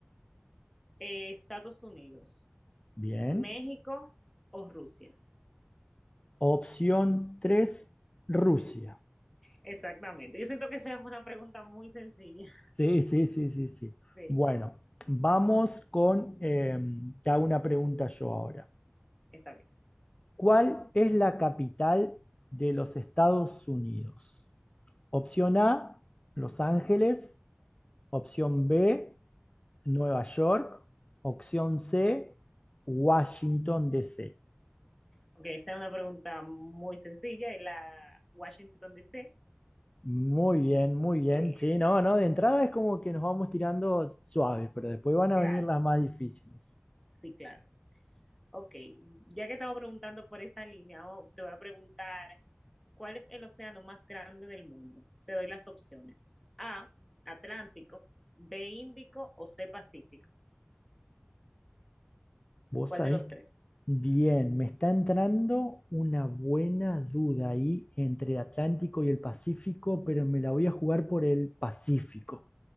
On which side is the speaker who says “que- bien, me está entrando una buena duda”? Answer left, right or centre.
Left